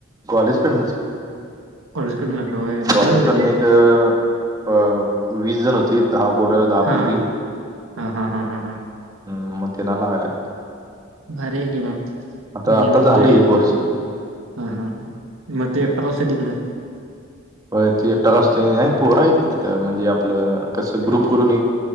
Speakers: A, on the right; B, on the right.
A: कॉलेज करनच,
B: कॉलेजकडनं लागला होय
A: कॉलेज
B: बरं झालं
A: करडन
B: की मग
A: एक अ वीस जण होती दहा बोरं दहा
B: हा
A: पोरी
B: हा हा हा हां हां?
A: हम्म मुतेनला लागले.
B: भर किं म
A: आता
B: निवतू
A: आता झालं
B: हा
A: एक वर्ष
B: हा हा, म एकरास आहे द गडं
A: हो, तू एकटा असते. नाही पोर आहेत की तिथं म्हणजे, आपलं कस ग्रुप
B: रूम
A: करून एक